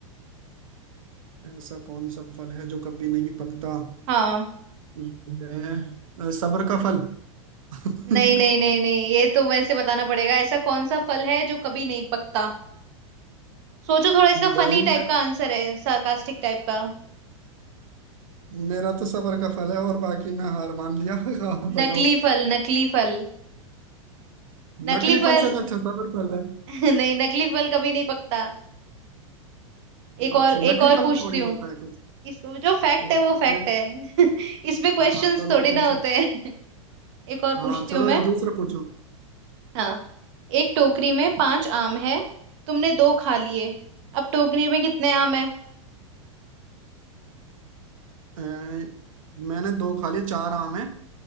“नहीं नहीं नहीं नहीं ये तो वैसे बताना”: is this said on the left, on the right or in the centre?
Right